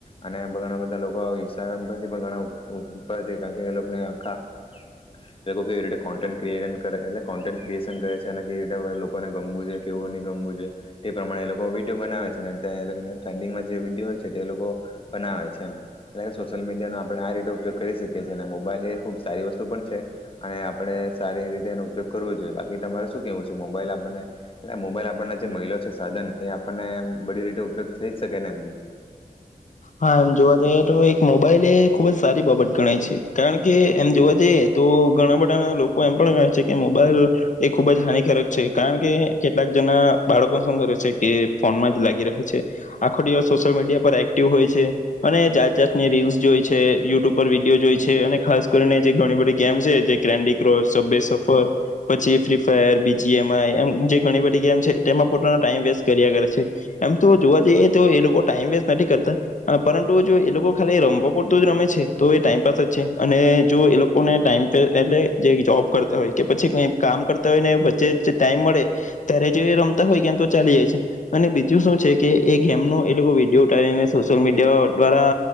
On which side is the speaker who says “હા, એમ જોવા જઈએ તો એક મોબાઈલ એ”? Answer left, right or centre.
Left